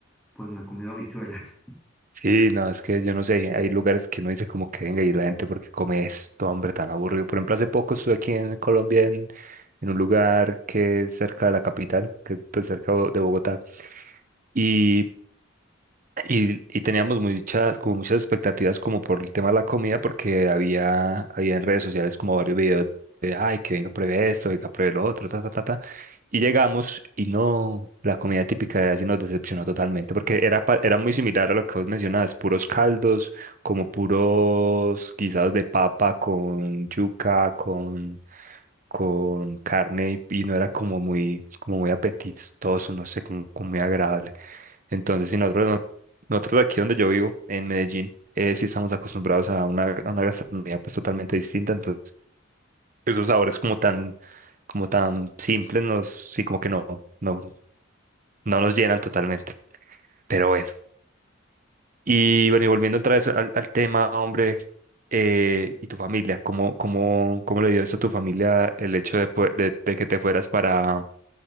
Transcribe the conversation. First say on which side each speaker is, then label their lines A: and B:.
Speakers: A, in the centre; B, on the right.
A: pues no he comido habichuelas.
B: Sí, no, es que yo no sé, hay hay lugares que no dice como que venga y la gente porque come esto, hombre, tan aburrido. Por ejemplo, hace poco estuve aquí en Colombia en, en un lugar que es cerca de la capital, que es pues, cerca de Bogotá, y y, y teníamos muchas, como muchas expectativas como por el tema de la comida, porque había, había en redes sociales como varios videos de, ay, que venga, pruebe esto, venga, pruebe lo otro, ta, ta, ta, ta. Y llegamos y no, la comida típica de así nos decepcionó totalmente, porque era, pa- era muy similar a lo que vos mencionabas, puros caldos, como puros guisados de papa con yuca, con, con carne, y, y no era como muy, como muy apetitoso, no sé, como como muy agradable. Entonces, si nosotros no nosotros aquí donde yo vivo, en Medellín, eh, sí estamos acostumbrados a una, a una gastronomía pues totalmente distinta, entonces esos sabores como tan, como tan simples nos, sí como que no, no, no nos llenan totalmente, pero bueno. Y bueno, y volviendo otra vez al, al tema, hombre, eh, y tu familia, ¿cómo, cómo, cómo le dio eso a tu familia el hecho de, pue- de, de que te fueras para,